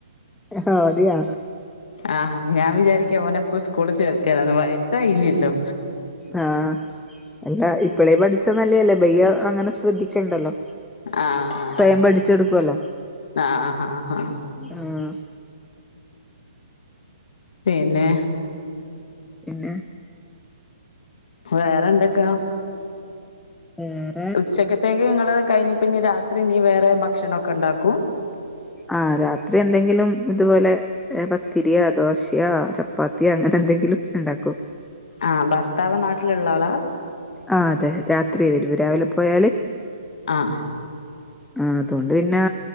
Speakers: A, in the centre; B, on the left (about 60°).
A: ആഹ് മതിയാ
B: ആഹ് ഞാൻ വിചാരിക്കും ഓനെ പൊസ് - കൂളില് ചേർത്തിയാലോന്ന് വയസ്സായില്ലല്ലോ.
A: ആഹ് അല്ല ഇപ്പളേ പഠിച്ച നല്ലേല്ലേ ബയ്യ അങ്ങനെ ശ്രദ്ധിക്ക. ണ്ടല്ലോ
B: ആഹ്
A: സ്വയം പഠിച്ചെടുക്കുവല്ലോ.
B: ആഹ് ആഹ് ആഹ്.
A: ആഹ്
B: പിന്നെ.
A: പിന്നെ.
B: വേറെന്തൊക്കാ.
A: ഉംഹ്.
B: ഉച്ചക്കത്തേക്ക് ങ്ങൾ കഴിഞ്ഞ് പിന്നെ രാത്രി ഇനി വേറെ ഭക്ഷണക്കെ ഉണ്ടാക്കും.
A: ആഹ് രാത്രി എന്തെങ്കിലും ഇതുപോലെ. ഏഹ് പത്തിരിയാ. ദോശയാ ചപ്പാത്തിയ അങ്ങനെ എന്തെങ്കിലും ഉണ്ടാക്കും.
B: ആഹ് ഭർത്താവ് നാട്ടിലുള്ള ആളാ.
A: ആഹ് അതെ രാത്രിയ വരു രാവിലെ പോയാൽ.
B: ആഹ്.
A: ആഹ് അതോണ്ട് പിന്നെ